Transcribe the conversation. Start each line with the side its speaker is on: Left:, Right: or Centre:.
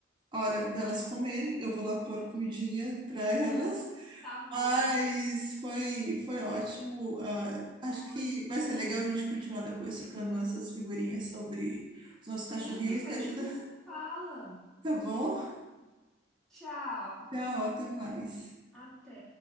Right: a hora delas comerem, eu vou lá pôr comidinha pra elas.
Centre: Tá bom.
Right: Mas foi, foi ótimo. ah,
Centre: Foi.
Right: acho que vai ser legal a gente continuar depois trocando essas figurinhas sobre os nossos
Centre: Sim,
Right: cachorrinhos
Centre: depois
Right: que ajuda.
Centre: a gente se fala.
Right: Tá bom?
Centre: Tchau.
Right: Tchau, até mais.
Centre: Até.